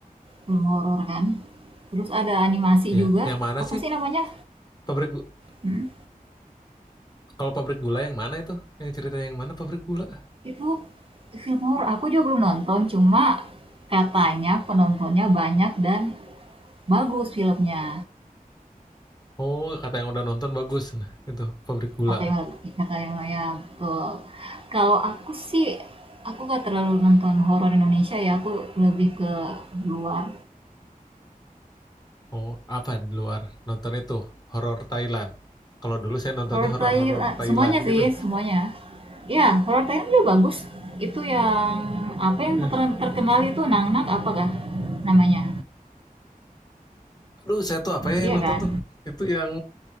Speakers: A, on the right; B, on the left.
A: Film horor kan. Terus ada animasi
B: ya.
A: juga.
B: Yang mana
A: Apa
B: sih?
A: sih namanya?
B: Pabrik gu-
A: Hmm,
B: kalau pabrik gula yang mana itu? Yang cerita yang mana pabrik gula?
A: Itu film horor. Aku juga belum nonton, cuma katanya penontonnya banyak dan bagus filmnya.
B: Oh, kata yang udah nonton bagus. Nah, itu pabrik gula.
A: Takayama Takayamaya, betul. Kalau aku sih, aku gak terlalu nonton horor Indonesia ya, aku lebih ke luar.
B: Oh, apa di luar? Nonton itu horor Thailand. Kalau dulu saya nontonnya
A: Horor
B: horor-horor
A: Thailand, eh,
B: Thailand
A: semuanya
B: gitu.
A: sih, semuanya. Ya, horor Thailand juga bagus. Itu yang, apa yang
B: <laughs>
A: ter- terkenal itu Nangnak apakah namanya?
B: Aduh, saya tuh apa ya
A: Iya
B: yang nonton
A: kan?
B: tuh? Itu yang